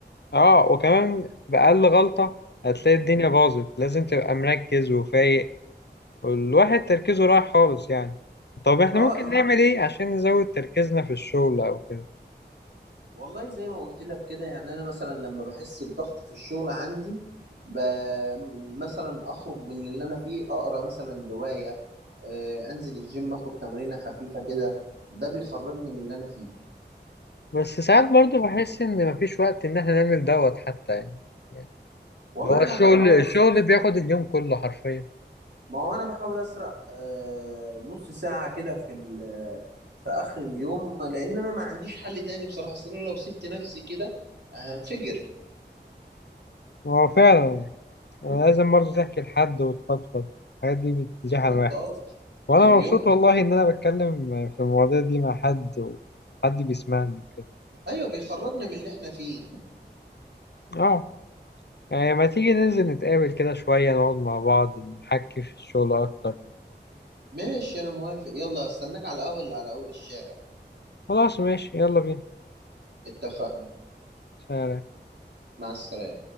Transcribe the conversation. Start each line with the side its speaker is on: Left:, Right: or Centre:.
Left: اه وكمان بأقل غلطة هتلاقي الدنيا باظت لازم تبقى مركز وفايق والواحد تركيزه رايح خالص يعني طب احنا
Right: اه
Left: ممكن نعمل ايه عشان نزود تركيزنا في الشغل او كده
Right: والله زي ما قلت لك كده يعني انا مثلا لما بحس بضغط في الشغل عندي ب... مثلا اخرج من اللي انا فيه اقرا مثلا روايه آه، انزل الجيم اخد تمرينه خفيفه كده ده بيخرجني من اللي انا فيه
Left: بس ساعات برضو بحس ان مفيش وقت ان احنا نعمل دوت حتى يعني يعني
Right: والله
Left: هو
Right: انا
Left: الشغل
Right: بحاول
Left: الشغل
Right: اسرق
Left: بياخد اليوم كله حرفيا
Right: ما هو انا بحاول اسرق آه، نص ساعه كده في ال... في اخر اليوم لان انا ما عنديش حل تاني بصراحه اصل انا لو سبت نفسي كده هنفجر
Left: هو فعلا لازم برضو تحكي لحد وتفضفض الحاجات دي بتزيح
Right: بالظبط
Left: الواحد
Right: اه
Left: وانا
Right: اليوم
Left: مبسوط والله ان انا بتكلم في المواضيع دي مع حد وحد بيسمعني وكده
Right: ايوه بيخرجنا من اللي احنا فيه
Left: اه يعني ما تيجي ننزل نتقابل كده شوية نقعد مع بعض نحكي في الشغل أكتر
Right: ماشي انا موافق يلا استناك على الاول على اول الشارع
Left: خلاص ماشي يلا بينا
Right: اتفقنا
Left: سلام
Right: مع السلامة